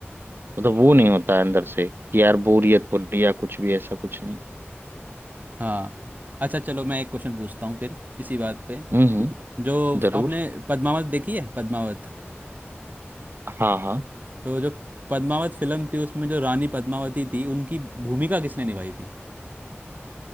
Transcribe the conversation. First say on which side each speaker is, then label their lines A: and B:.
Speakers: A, on the right (about 55°); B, on the right (about 40°).
A: मतलब वो नहीं होता है अंदर से कि यार बोरियत हो रही है या कुछ भी ऐसा कुछ नहीं
B: हाँ अच्छा चलो मैं एक क्वेश्चन पूछता हूँ फिर इसी बात पे
A: हम्म हम्म
B: जो
A: जरूर
B: आपने पद्मावत देखी है पद्मावत
A: हाँ हाँ
B: तो जो पद्मावत फिल्म थी उसमें जो रानी पद्मावती थी उनकी भूमिका किसने निभाई थी